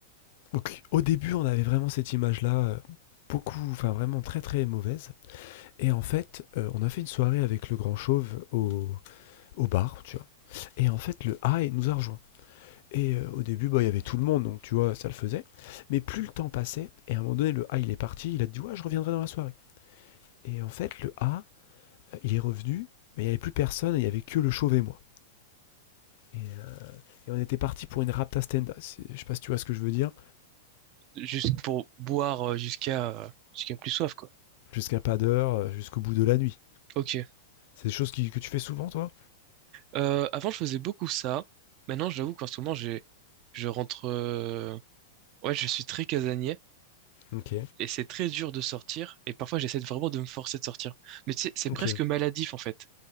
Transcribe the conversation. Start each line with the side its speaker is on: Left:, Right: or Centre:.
Left: Donc, au début, on avait vraiment cette image-là, euh, beaucoup, enfin vraiment très très mauvaise. Et en fait, euh, on a fait une soirée avec le grand chauve au, au bar, tu vois. Et en fait, le A nous a rejoint. Et euh, au début, bah, il y avait tout le monde, donc tu vois, ça le faisait. Mais plus le temps passait, et à un moment donné, le A, il est parti, il a dit, ouais, je reviendrai dans la soirée. Et en fait, le A, Il est revenu, mais il n'y avait plus personne, il n'y avait que le chauve et moi. Et, euh, et on était parti pour une rapta stenda. C'est- Je sais pas si tu vois ce que je veux dire.
Right: juste pour boire euh, jusqu'à, euh, jusqu'à plus soif, quoi.
Left: Jusqu'à pas d'heure, euh, jusqu'au bout de la nuit.
Right: Ok.
Left: C'est des choses qui- que tu fais souvent, toi
Right: Euh, avant, je faisais beaucoup ça. Maintenant, j'avoue qu'en ce moment, j'ai, je rentre, euh, ouais, je suis très casanier.
Left: Ok.
Right: Et c'est très dur de sortir, et parfois j'essaie de- vraiment de me forcer de sortir. Mais tu sais, c'est
Left: Ok.
Right: presque maladif en fait.